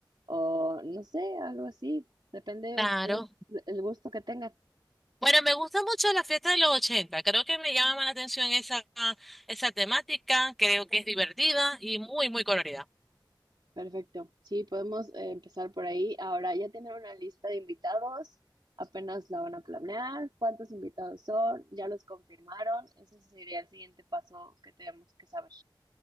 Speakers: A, on the right; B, in the centre.
A: o no sé, algo así. Depende de
B: Claro.
A: ustedes, el gusto que tengan.
B: Bueno, me gusta mucho la fiesta de los ochenta Creo que me llama más la atención esa, esa temática. Creo que es divertida y muy, muy colorida.
A: Perfecto. Sí, podemos eh, empezar por ahí. Ahora ya tienen una lista de invitados, apenas la van a planear, cuántos invitados son, ya los confirmaron. Eso sería el siguiente paso que tenemos que saber.